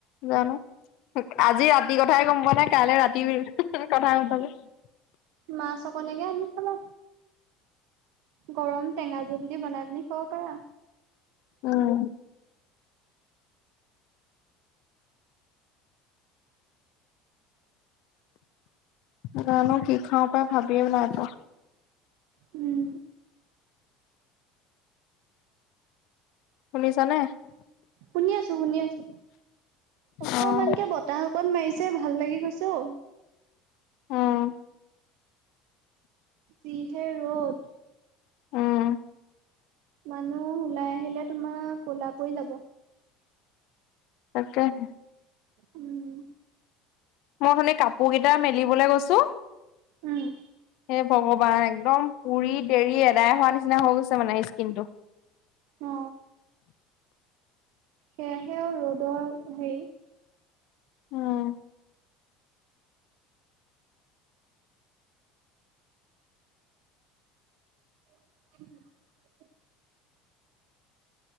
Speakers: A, on the left; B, on the right.
A: জানো আজি ৰাতি কথাই গম পোৱা নাই কাইলৈ ৰাতি <unintelligible>
B: মাছ অকনেকে আনি থবা। গৰম টেঙা জুল দি বনাই পিনি খাব পাৰা।
A: উম, জানো কি খাওঁ পাই ভাবিয়েই নাই পোৱা।
B: উম।
A: শুনিছানে?
B: শুনি আছো, শুনি আছো, অকমানকে
A: অ',
B: বতাহ অকণ মাৰিছে ভাল লাগি গৈছে অ।
A: উম।
B: যিহে ৰ'দ
A: উম,
B: মানুহ ওলাই আহিলে তোমাৰ কলা পৰি যাব।
A: তাকেহে
B: উম।
A: মই অথনি কাপোৰ কেইটা মেলিবলৈ গৈছো,
B: উম,
A: হে ভগৱান একদম পুৰি দেৰি এদাই হোৱা নিচিনা নিচিনা হৈ গৈছে মানে স্কিনটো।
B: অ। সেয়াহে আৰু ৰ'দৰ হেৰি
A: উম।
B: <inaudible>